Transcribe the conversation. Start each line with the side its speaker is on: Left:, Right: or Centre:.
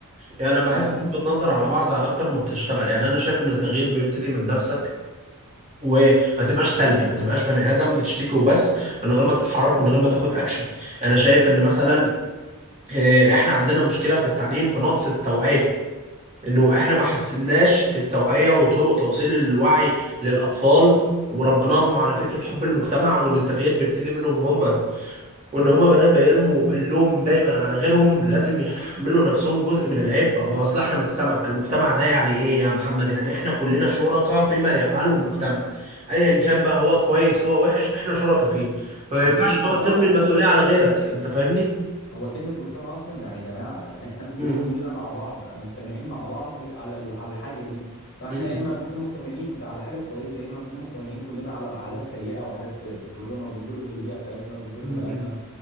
Right: يعني انا بحس
Left: ففي
Right: الناس بتنظر على بعض اكتر ما بتشتغل يعني انا شايف ان التغيير بيبتدي من نفسك وما تبقاش سلبي ما تبقاش بني ادم بتشتكي وبس من غير ما تتحرك من غير ما تاخد اكشن انا شايف ان مثلا آه، احنا عندنا مشكله في التعليم في نقص التوعيه انه احنا ما حسناش التوعيه وطرق توصيل الوعي للاطفال وربناهم على فكره حب المجتمع وان التغيير بيبتدي منهم هم وان هما بدل ما يرموا اللوم دايما على غيرهم لازم يحملوا نفسهم جزء من العبء ما اصل احنا مجتمع المجتمع ده يعني ايه يا محمد يعني احنا كلنا شركاء فيما يفعله المجتمع ايا كان بقى هو كويس هو وحش احنا شركاء فيه ما
Left: هو
Right: ينفعش
Left: كلمة
Right: تقعد
Left: مجتمع
Right: ترمي
Left: أصلا
Right: المسؤولية على غيرك انت فاهمني
Left: هو كلمة مجتمع أصلا يعني جماعة يعني إحنا كلنا
Right: م- م-
Left: مع بعض مجتمعين مع بعض على ال- على الحاجة دي فإحنا
Right: م-
Left: يا إما نكون مجتمعين في- على حاجة كويسة يا إما نكون مجتمعين كلنا على عادات سيئة وعادات بتضرنا وبتضر البيئة بتاعتنا وبتضر
Right: م-
Left: بلدنا
Right: م-